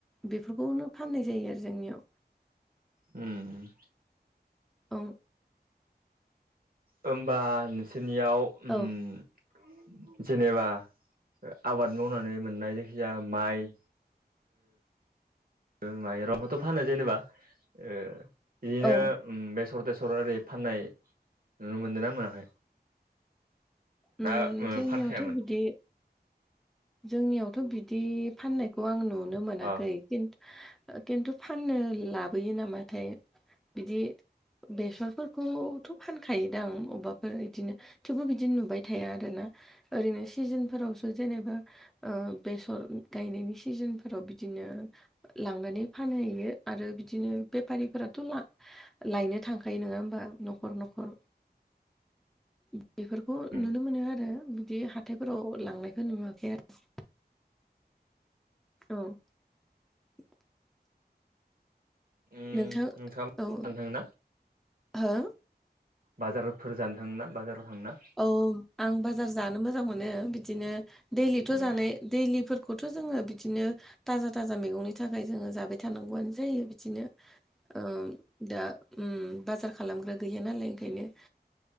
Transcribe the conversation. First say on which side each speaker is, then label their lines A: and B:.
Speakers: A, in the centre; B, on the right.
A: बेफोरखौनो फाननाय जायो आरो जोंनियाव।
B: उम।
A: औ।
B: होमबा नोंसोरनियाव उम
A: औ
B: जेनेबा आबाद मावनानै मोननाय जायखिजाया माइ माइरंखोथ' फानो जेनेबा ओ बिदिनो
A: औ
B: बेसर तेसर ओरै फाननाय नुनो मोनदों ना मोनाखै
A: उम
B: ना
A: जोंनियावथ'
B: फानखायामोन?
A: बिदि जोंनियावथ' बिदि फाननायखौ आं नुनो मोनाखै
B: अ
A: किन किन्तु फाननो लाबोयो नामाथाय बिदि बेसरफोरखौथ' फानखायोदां आ अबबाफोर बिदिनो थेवबो बिदि नुबाय थाया आरो ना ओरैनो सिजोनफोरावसो जेनेबा ओ बेसर गायनायनि सिजोनफोराव बिदिनो लांनानै फानहैयो आरो बिदिनो बेफारिफोराथ' लायनो थांखायो नङा होमबा न'खर न'खर बेफोरखौ
B: उम
A: नुनो मोनो आरो बिदि हाथायफोराव लांनाय नुवाखै आरो औ <inaudible>
B: उम
A: नोंथां
B: नोंथाङा
A: औ हो?
B: बाजारफोर जानो थांना बाजाराव थांना?
A: औ आं बाजार जानो मोजां मोनो। बिदिनो दैलिथ'
B: उम
A: जानाय दैलिफोरखौथ' जोङो बिदिनो थाजा थाजा मैगंनि थाखाय जोङो जाबाय थानांगौआनो जायो बिदिनो औ दा उम बाजार खालामग्रा गैया नालाय ओंखायनो